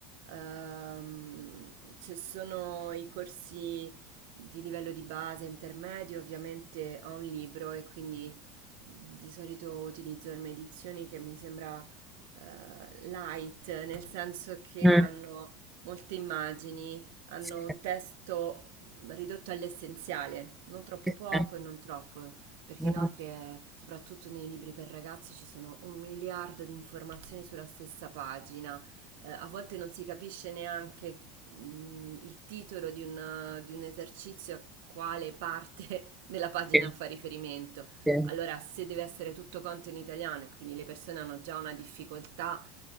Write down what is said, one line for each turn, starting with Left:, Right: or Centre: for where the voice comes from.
Right: Ehm, ci sono i corsi di livello di base, intermedio, ovviamente ho un libro e quindi mm, di solito utilizzo delle edizioni che mi sembra eh, light, nel senso che
Centre: Mm,
Right: hanno molte immagini, hanno
Centre: sì,
Right: un testo ridotto all'essenziale, non troppo
Centre: sì,
Right: poco
Centre: sì,
Right: e non troppo, perché
Centre: mm,
Right: inoltre, eh, soprattutto nei libri per ragazzi, ci sono un miliardo di informazioni sulla stessa pagina. Eh, a volte non si capisce neanche mh, il titolo di un, di un esercizio a quale parte <laughs> della pagina
Centre: sì,
Right: fa riferimento.
Centre: sì.
Right: Allora, se deve essere tutto quanto in italiano e quindi le persone hanno già una difficoltà